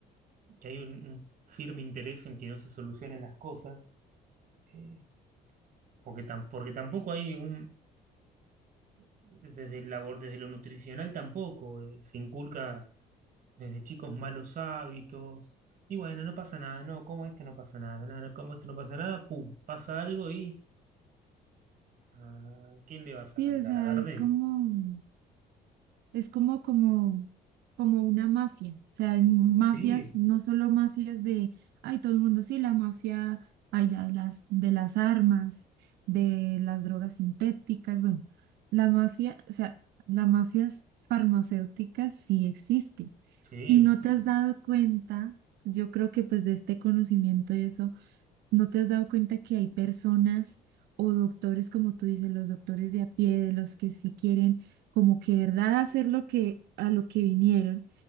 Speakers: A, on the right; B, on the right.
A: que hay un, un firme interés en que no se solucionen las cosas, eh, porque, tam- porque tampoco hay un, desde el labor, desde lo nutricional tampoco, eh, se inculca desde chicos malos hábitos. Y bueno, no pasa nada, no, como esto no pasa nada, no, no, como esto no pasa nada, pum, pasa algo y ¿a quién le vas
B: Sí,
A: a Sí, cantar?
B: o sea,
A: ¿A sí. Gardel?
B: es como, es como, como, como una mafia. O sea, hay mafias,
A: Sí,
B: no solo mafias de, ay, todo el mundo, sí, la mafia, ay, ya, de las, de las armas, de las drogas sintéticas, bueno, la mafia, o sea, la mafia farmacéutica sí existe.
A: Sí,
B: Y no
A: sí,
B: te has dado cuenta, yo creo que pues de este conocimiento y eso ¿No te has dado cuenta que hay personas o doctores, como tú dices, los doctores de a pie, de los que sí quieren como que de verdad hacer lo que a lo que vinieron,